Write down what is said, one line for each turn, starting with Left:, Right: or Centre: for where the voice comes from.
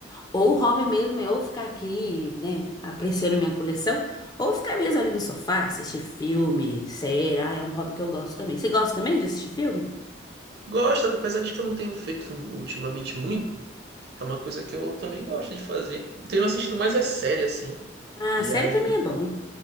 Left: ou o hobby mesmo é ou ficar aqui, né, apreciando minha coleção, ou ficar mesmo ali no sofá, assistir filme, série. Ah, é um hobby que eu gosto também. Você gosta também de assistir filme?
Right: Gosto, apesar de que eu não tenho feito ultimamente muito. É uma coisa que eu também gosto de fazer. Tenho assistido mais é série, assim.
Left: Ah,
Right: E
Left: série
Right: aí.
Left: também é bom.